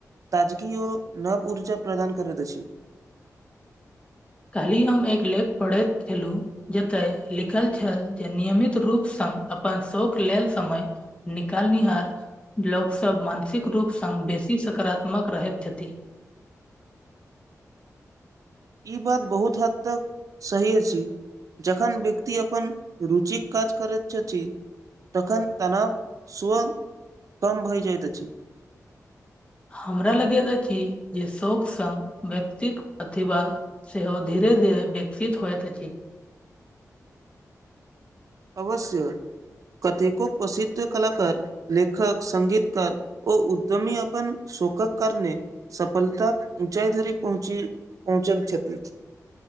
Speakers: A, on the right; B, on the left.
A: ताजगी ओ नव ऊर्जा प्रदान करैत अछि।
B: काल्हि हम एक लेख पढ़ैत छेलु। जतय लिखल छेल जे नियमित रूप सँ अपन शोक लेल समय निकालनिहार लोक सब मानसिक रूपसँ बेसी सकारात्मक रहैत छथि।
A: ई बात बहुत हद तक सहि अछि। जखन व्यक्ति अपन रुचिक काज करैत छथि। तखन तनाव स्व कम भइ जाइत अछि।
B: हमरा लगैत अछि जे सौक सङ्ग व्यक्तिक प्रतिभा सेहो धीरे धीरे विकसित होइत अछि।
A: अवश्य कतेको प्रसिद्ध कलाकार लेखक संगीतकार ओ उद्यमी अपन सोखक करने सफलताक ऊँचाई धरि पहुँची पहुँचल छथि।